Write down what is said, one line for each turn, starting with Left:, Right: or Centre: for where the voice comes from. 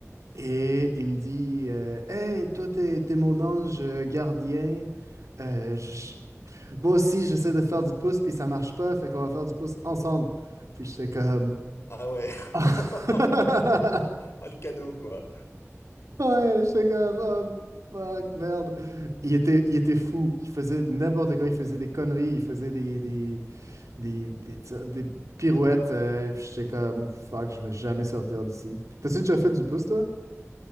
Right: et il me dit euh, Hey, toi, t'es, t'es mon ange gardien. Euh, je, moi aussi, j'essaie de faire du pouce, puis ça marche pas, fait qu'on va faire du pouce ensemble. Puis j'étais comme.
Left: Ah ouais.
Right: <laughs>
Left: <laughs> Ah, le cadeau, quoi.
Right: ouais, j'étais comme. oh, fuck, merde. Il était, il était fou. Il faisait n'importe quoi. Il faisait des conneries. Il faisait des, des, des, des, des pirouettes. euh, puis j'étais comme. Fuck, je vais jamais sortir d'ici. T'as-tu déjà fait du pouce, toi?